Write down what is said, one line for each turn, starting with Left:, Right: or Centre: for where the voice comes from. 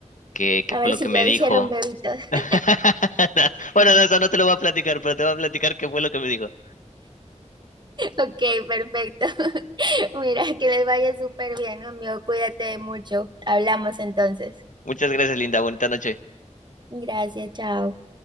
Left: qué, qué
Right: A
Left: fue
Right: ver
Left: lo
Right: si
Left: que me
Right: ya
Left: dijo.
Right: hicieron bebitos. <laughs>
Left: <laughs> Bueno, no, eso no te lo voy a platicar, pero te voy a platicar qué fue lo que me dijo.
Right: Ok, perfecto. <laughs> Mira, que les vaya súper bien, amigo. Cuídate mucho. Hablamos entonces.
Left: Muchas gracias, Linda. Bonita noche.
Right: Gracias, chao.